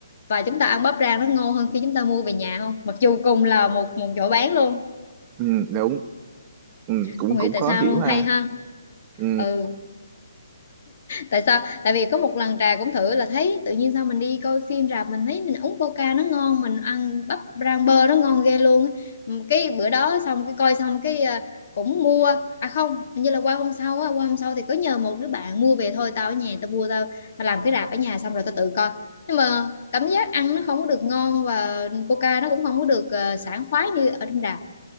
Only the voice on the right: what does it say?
ừ đúng ừ, cũng
cũng
khó
hiểu
ha
Ừ,